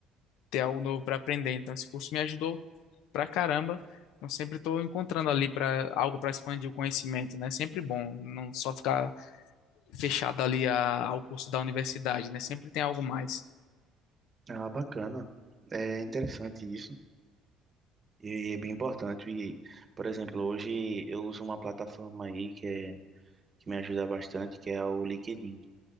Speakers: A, on the left; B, on the right.
A: ter algo novo para aprender. Então, esse curso me ajudou pra caramba. Eu sempre estou encontrando ali para algo para expandir o conhecimento, né? Sempre bom, não só ficar fechado ali a- ao curso da universidade, né? Sempre tem algo mais.
B: Ah, bacana. É interessante isso. E é bem importante. E, por exemplo, hoje eu uso uma plataforma aí que é que me ajuda bastante, que é o LinkedIn.